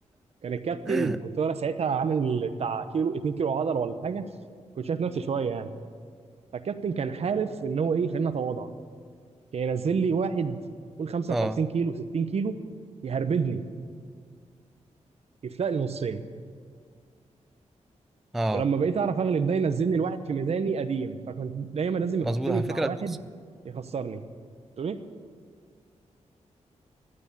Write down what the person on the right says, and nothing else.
كان الكابتن
كنت انا ساعتها عامل بتاع كيلو 2 كيلو عضله ولا حاجه كنت شايف نفسي شويه يعني فالكابتن كان حالف ان هو ايه خلينا اتواضع كان ينزل لي واحد قول 55
كيلو 60 كيلو يهربدني يفلقني نصين
ولما بقيت اعرف اغلب ده ينزلني الواحد في ميزاني قديم فكنت دايما لازم يحطني
في
مع واحد
يخسرني تقول ايه